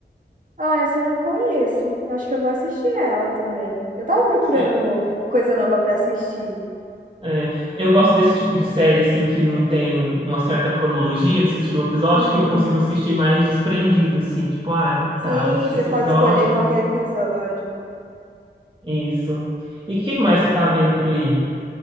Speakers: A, on the right; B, on the right.
A: Ah, essa eu não conheço. Acho que eu vou assistir ela também. Eu tava procurando
B: É,
A: coisa nova pra assistir.
B: é, eu gosto desse tipo de série, assim, que não tem uma certa cronologia de se assistir o episódio,
A: Uhum.
B: que eu consigo assistir mais desprendido, assim, tipo, ah,
A: Sim,
B: tá, eu vou assistir
A: você
B: esse
A: pode
B: episódio,
A: escolher qualquer episódio.
B: Isso. E o que mais você tá vendo por aí?